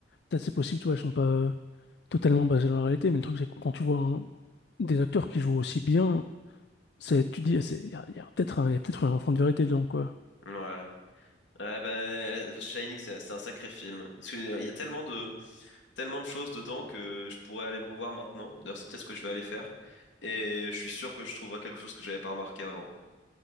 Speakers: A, on the left; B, on the left.
A: Peut-être c'est possible, tu vois, elles sont pas totalement basées dans la réalité, mais le truc, c'est que quand tu vois un- des acteurs qui jouent aussi bien, c'est, tu te dis, il y a, y a peut-être un, y a peut-être un fond de vérité dedans, quoi.
B: Ouais. Ouais, bah, Shining, c'est c'est un sacré film. Parce que, euh, il y a tellement de, tellement de choses dedans que je pourrais aller le revoir maintenant. D'ailleurs, c'est peut-être ce que je vais aller faire. Et je suis sûr que je trouverai quelque chose que j'avais pas remarqué avant.